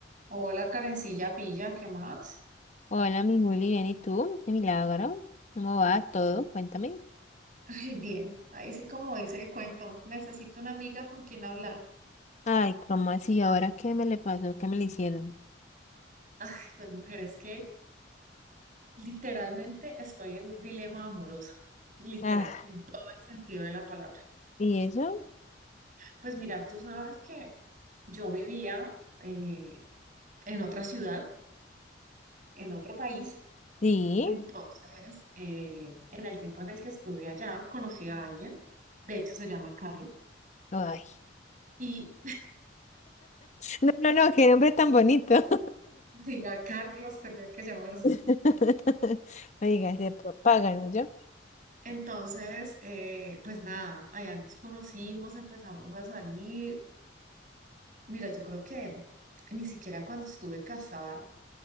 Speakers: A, on the right; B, on the left.
A: Hola, Karencilla Pilla, ¿qué más?
B: Hola, mi Juli, bien, ¿y tú? Qué milagro. ¿Cómo va todo? Cuéntame.
A: Ay, bien, ahí sí como dice el cuento, necesito una amiga con quien hablar.
B: Ay, ¿cómo así? ¿Ahora qué me le pasó? ¿Qué me le hicieron?
A: Ay, pues mujer, es que literalmente estoy en un dilema amoroso, literal,
B: Ah,
A: en todo el sentido de la palabra.
B: ¿y eso?
A: Pues mira, tú sabes que yo vivía eh, en otra ciudad, en otro país,
B: Sí.
A: entonces eh, en el tiempo en el que estuve allá conocí a alguien, de hecho se llama Carlos,
B: Ay.
A: y
B: No, no, no, qué nombre tan bonito.
A: diga Carlos tenía que llamarse.
B: <laughs> Oiga, se propagan, ¿no? Yo.
A: Entonces, eh, pues nada, allá nos conocimos, empezamos a salir. Mira, yo creo que ni siquiera cuando estuve casada